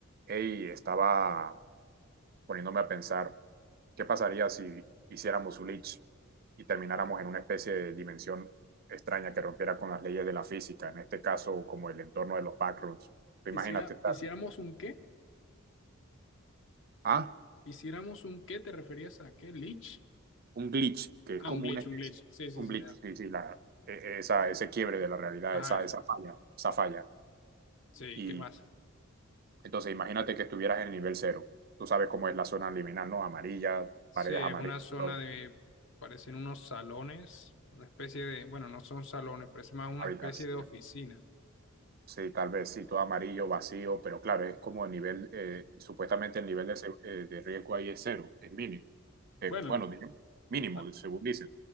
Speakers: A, on the right; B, on the left.
A: Ey, estaba poniéndome a pensar, ¿qué pasaría si hiciéramos un glitch y termináramos en una especie de dimensión extraña que rompiera con las leyes de la física? En este caso, como el entorno de los backrooms. Tú
B: Hiciera,
A: imagínate estar,
B: hiciéramos un qué,
A: ah,
B: hiciéramos un qué, ¿te referías a qué? ¿Glitch?
A: un glitch, que
B: Ah,
A: es como
B: un glitch,
A: una especie,
B: un glitch. Sí, sí,
A: un
B: sí,
A: glitch,
B: ya.
A: sí, sí, la, e- esa, ese quiebre de la realidad,
B: Ajá,
A: esa, esa falla, esa falla.
B: sí,
A: Y
B: ¿qué más?
A: entonces imagínate que estuvieras en el nivel cero. Tú sabes cómo es la zona liminal, ¿no? Amarilla,
B: Sí,
A: paredes
B: es
A: amarillas,
B: una zona
A: todo,
B: de, parecen unos salones, una especie de, bueno, no son salones, parece más una
A: hábitats.
B: especie de oficina.
A: Sí, tal vez sí, todo amarillo, vacío, pero claro, es como el nivel, eh, supuestamente el nivel de, se- eh, de riesgo ahí es cero, es mínimo. Eh,
B: Bueno,
A: bueno, digamos, mínimo,
B: a-
A: según dicen.